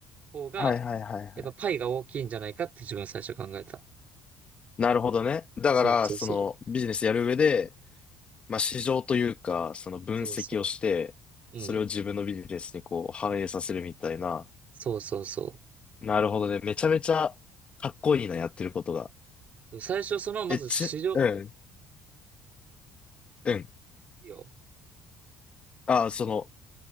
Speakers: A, on the right; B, on the left.
A: 方が、
B: はいはいはいはい。
A: やっぱパイが大きいんじゃないかって自分最初考えた。
B: なるほどね。だから、
A: そうそうそう。
B: そのビジネスやる上で、まあ市場というか、その分析をして、
A: そうそう。
B: それを自分のビジネスにこう反映させるみたいな。
A: うん。そうそうそ
B: なるほどね。めちゃめちゃかっこいいな、やってることが。
A: う。最初その、まず市場、
B: え、ち、うん、うん。
A: いいよ。
B: あ、その、